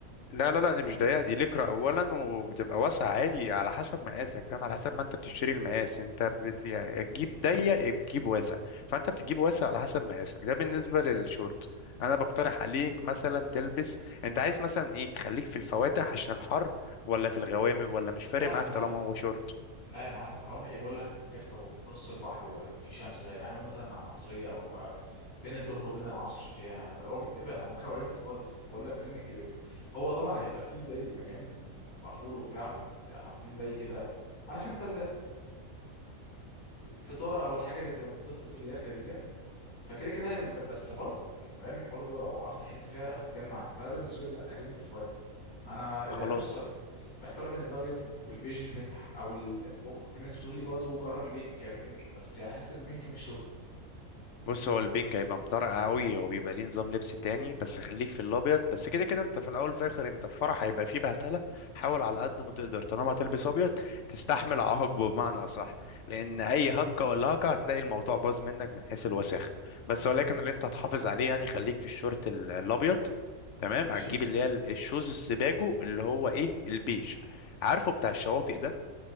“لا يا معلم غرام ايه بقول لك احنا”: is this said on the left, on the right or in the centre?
Left